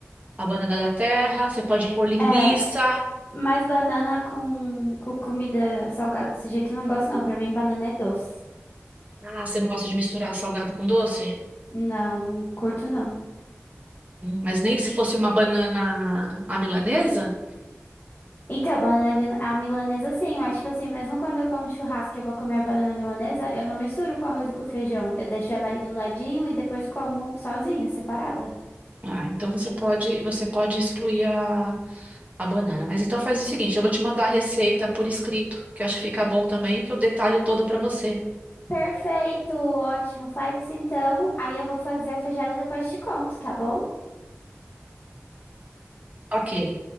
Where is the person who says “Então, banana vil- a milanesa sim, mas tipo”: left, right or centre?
Left